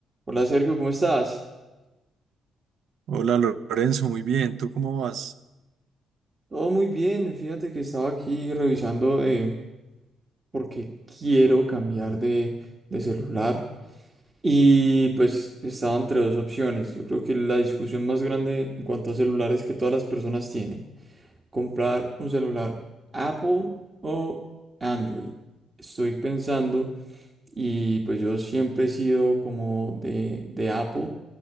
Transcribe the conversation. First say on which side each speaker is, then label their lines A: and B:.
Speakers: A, on the right; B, on the right.
A: Hola Sergio, ¿cómo estás?
B: Hola Lorenzo, muy bien, ¿tú cómo vas?
A: Todo muy bien, fíjate que estaba aquí revisando eh, porque quiero cambiar de, de celular y pues estaba entre dos opciones. Yo creo que la discusión más grande en cuanto a celulares que todas las personas tienen, comprar un celular Apple o Android. Estoy pensando y pues yo siempre he sido como de, de Apple